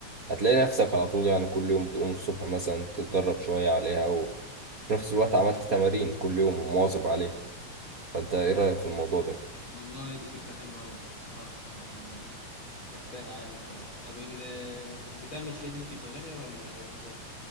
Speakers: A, on the right; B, on the left.
A: هتلاقي نفسك على طول يعني كل يوم بتقوم الصبح مثلا تتدرب شوية عليها وفي نفس الوقت عملت تمارين كل يوم ومواظب عليها فانت ايه رأيك في الموضوع ده؟
B: والله دي فكرة حلوة أوي بصراحة يعني أنا كانت تايهة عني فعلا طب ال- البتاع المشاية دي بتبقى غالية ولا إيه نظام؟